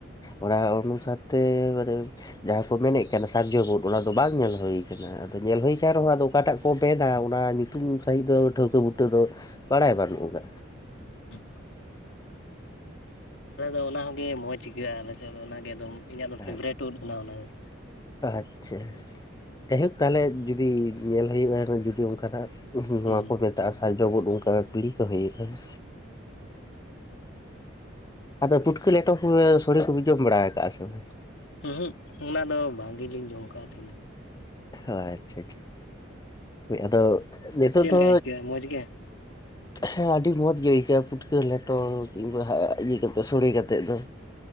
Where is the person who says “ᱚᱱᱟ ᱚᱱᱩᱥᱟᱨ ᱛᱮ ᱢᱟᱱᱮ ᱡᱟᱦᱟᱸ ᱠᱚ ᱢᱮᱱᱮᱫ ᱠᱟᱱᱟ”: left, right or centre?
Left